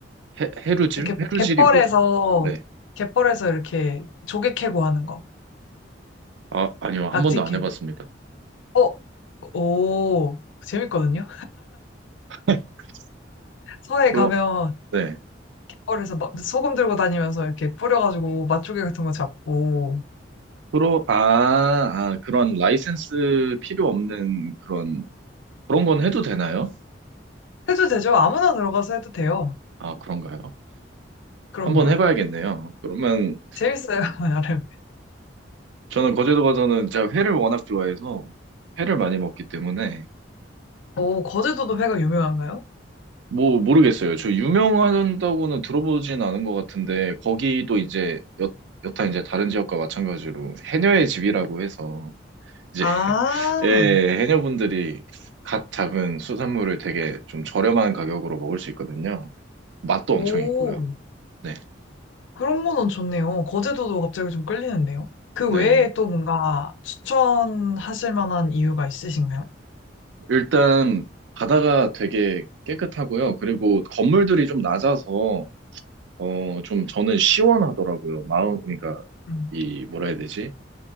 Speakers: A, on the right; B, on the left.
A: 해, 해루질?
B: 이렇게
A: 해루질이
B: 갯벌에서,
A: 뭐죠? 네.
B: 갯벌에서 이렇게 조개 캐고 하는 거.
A: 아, 아니요. 한
B: 낙지
A: 번도 안
B: 캐고.
A: 해봤습니다.
B: 어, 오, 재밌거든요?
A: <laughs>
B: 서해
A: 그거,
B: 가면
A: 네.
B: 갯벌에서 막 소금 들고 다니면서 이렇게 뿌려가지고 맛조개 같은 거 잡고.
A: 프로, 아, 아, 그런 라이센스 필요 없는 그런, 그런 건 해도 되나요?
B: 해도 되죠? 아무나 들어가서 해도 돼요.
A: 아, 그런가요?
B: 그럼요.
A: 한번 해봐야겠네요. 그러면
B: 재밌어요, <laughs> 나름.
A: 저는 거제도 가서는 제가 회를 워낙 좋아해서 회를 많이 먹기 때문에
B: 오, 거제도도 회가 유명한가요?
A: 뭐 모르겠어요. 저 유명하다고는 들어보진 않은 것 같은데 거기도 이제 여, 여타 이제 다른 지역과 마찬가지로 해녀의 집이라고 해서 이제
B: 아,
A: 예, 해녀분들이 갓 잡은 수산물을 되게 좀 저렴한 가격으로 먹을 수 있거든요. 맛도
B: 오,
A: 엄청 있고요. 네.
B: 그런 거는 좋네요. 거제도도 갑자기 좀 끌리는데요. 그
A: 네.
B: 외에 또 뭔가 추천하실 만한 이유가 있으신가요?
A: 일단 바다가 되게 깨끗하고요. 그리고 건물들이 좀 낮아서 어, 좀 저는 시원하더라고요. 마음 그러니까
B: 음.
A: 이 뭐라 해야 되지?